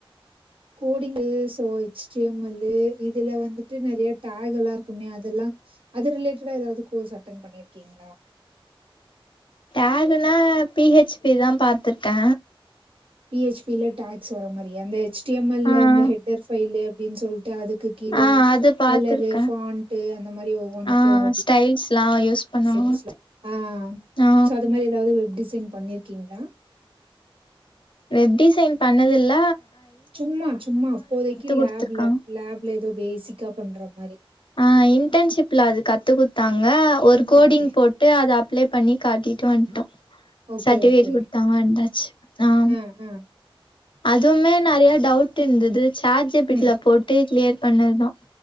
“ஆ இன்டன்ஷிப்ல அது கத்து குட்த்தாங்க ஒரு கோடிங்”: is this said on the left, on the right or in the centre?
Left